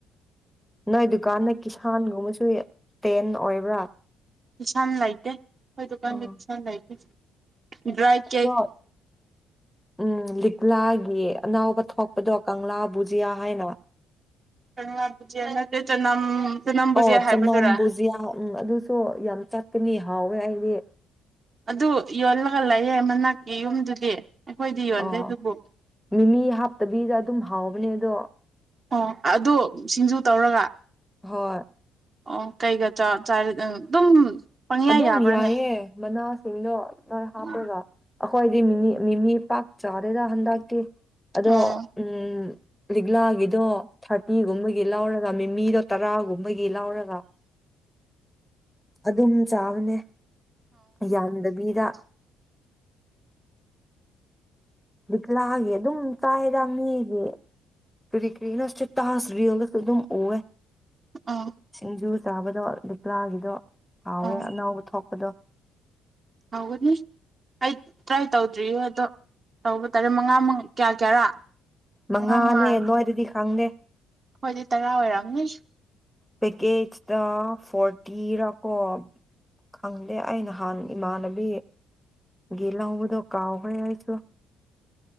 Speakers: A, in the centre; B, on the right (about 40°).
A: ꯅꯣꯏ ꯗꯨꯀꯥꯟꯗ ꯀꯤꯁꯥꯟꯒꯨꯝ ꯇꯨ ꯇꯦꯟ ꯑꯣꯏꯕ꯭ꯔꯥ
B: ꯏꯁꯥꯅ ꯂꯩꯇꯦ ꯑꯈꯣꯏ ꯗꯨꯀꯥꯟꯗ
A: ꯑꯣ
B: ꯀꯤꯁꯟ ꯂꯩꯇꯦ ꯗ꯭ꯔꯥꯏ ꯀꯦꯛ
A: ꯑꯗꯣ ꯎꯝ ꯂꯤꯛꯂꯥꯒꯤ ꯑꯅꯧꯕ ꯊꯣꯛꯄꯗꯣ ꯀꯪꯂꯥ ꯕꯨꯖꯤꯌꯥ ꯍꯥꯏꯅ
B: ꯀꯪꯂꯥ ꯕꯨꯖꯤꯌꯥ ꯅꯠꯇꯦ ꯆꯅꯝ ꯆꯅꯝ ꯕꯨꯖꯤꯌꯥ
A: ꯑꯣ
B: ꯍꯥꯏꯕꯗꯨꯔꯥ
A: ꯆꯅꯝ ꯕꯨꯖꯤꯌꯥ ꯎꯝ ꯑꯗꯨꯁꯨ ꯌꯥꯝ ꯆꯠꯀꯅꯤ ꯍꯥꯎꯋꯦ ꯑꯩꯗꯤ
B: ꯑꯗꯨ ꯌꯣꯜꯂꯒ ꯂꯩꯌꯦ ꯃꯅꯥꯛꯀꯤ ꯌꯨꯝꯗꯨꯗꯤ ꯑꯩꯈꯣꯏꯗꯤ ꯌꯣꯟꯗꯦ
A: ꯑꯣ
B: ꯑꯗꯨꯕꯨ
A: ꯃꯤꯃꯤ ꯍꯥꯞꯇꯕꯤꯗ ꯑꯗꯨꯝ ꯍꯥꯎꯕꯅꯦ ꯑꯗꯣ
B: ꯑꯣ ꯑꯗꯨ ꯁꯤꯡꯖꯨ ꯇꯧꯔꯒ
A: ꯍꯣꯏ
B: ꯑꯣ ꯀꯩꯒꯥ ꯆꯥ ꯆꯥꯔꯤ ꯑꯗꯨꯝ ꯄꯪꯌꯥ
A: ꯑꯗꯨꯝ
B: ꯌꯥꯕ꯭ꯔꯥꯅꯦ
A: ꯌꯥꯏꯌꯦ ꯃꯅꯥꯁꯤꯡꯗꯣ ꯈ꯭ꯔ ꯍꯥꯞꯄ꯭ꯔꯒ
B: ꯑꯣ
A: ꯑꯩꯈꯣꯏꯗꯤ ꯃꯤꯅꯤ ꯃꯤꯃꯤ ꯄꯥꯛ ꯆꯥꯗꯦꯗ ꯍꯟꯗꯛꯇꯤ ꯑꯗꯣ
B: ꯑꯣ
A: ꯎꯝ ꯂꯤꯛꯂꯥꯒꯤꯗꯣ ꯊꯔ ꯃꯤꯒꯨꯝꯕꯒꯤ ꯂꯧꯔꯒ ꯃꯤꯃꯤꯗꯣ ꯇꯔꯥꯒꯨꯝꯕꯒꯤ ꯂꯧꯎꯔꯒ ꯑꯗꯨꯝ ꯆꯥꯕꯅꯦ ꯌꯥꯝꯗꯕꯤꯗ ꯂꯤꯛꯂꯥꯒꯤ ꯑꯗꯨꯝ ꯆꯥꯏꯗ ꯃꯤꯒꯤ ꯀ꯭ꯔꯤ ꯀꯔꯤꯅꯣ ꯁꯇꯦꯇꯥꯁ ꯔꯤꯂꯗꯁꯨ ꯑꯗꯨꯝ ꯑꯨꯌꯦ
B: ꯑꯣ
A: ꯁꯤꯡꯖꯨ ꯆꯥꯕꯗꯣ ꯂꯤꯛꯂꯥꯒꯤꯗꯣ ꯍꯥꯎꯋꯦ
B: ꯑꯣ
A: ꯑꯅꯧꯕ ꯊꯣꯛꯄꯗꯣ
B: ꯍꯥꯎꯒꯅꯤ ꯑꯩ ꯇ꯭ꯔꯥꯏ ꯇꯧꯗ꯭ꯔꯤꯌꯣ ꯑꯗꯣ ꯇꯧꯕ ꯇꯥꯔꯦ ꯃꯉꯥ ꯀꯌꯥ ꯀꯌꯥꯔꯥ
A: ꯃꯉꯥꯅꯦ
B: ꯃꯉꯥ ꯃꯉꯥꯔ
A: ꯅꯣꯏꯗꯗꯤ ꯈꯪꯗꯦ
B: ꯍꯣꯏꯗꯤ ꯇꯔꯥ ꯑꯣꯏꯔꯛꯑꯝꯅꯤ
A: ꯄꯦꯛꯀꯦꯖꯇ ꯐꯣꯔꯇꯤꯔꯥꯀꯣ ꯈꯪꯗꯦ ꯑꯩ ꯅꯍꯥꯟ ꯏꯃꯥꯟꯅꯕꯤ ꯒꯤ ꯂꯧꯕꯗꯣ ꯀꯥꯎꯈ꯭ꯔꯦ ꯑꯩꯁꯨ